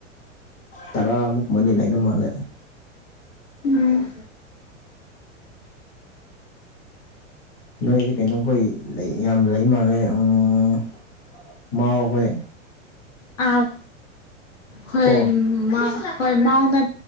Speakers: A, on the left; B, on the left.
A: ꯇꯔꯥꯃꯨꯛ ꯃꯅꯤ ꯂꯩꯔꯝ ꯗꯧ ꯃꯥꯜꯂꯦ
B: ꯎꯝ
A: ꯅꯣꯏꯗꯤ ꯀꯩꯅꯣꯈꯣꯏ ꯂꯩ ꯌꯥꯝ ꯂꯩ ꯃꯥꯥꯟꯂꯦ ꯎꯝ ꯃꯥꯎ ꯍꯣꯏ
B: ꯑꯥ ꯍꯣꯏ
A: ꯀꯣ
B: ꯃꯥꯎ ꯍꯣꯏ ꯃꯥꯎꯅ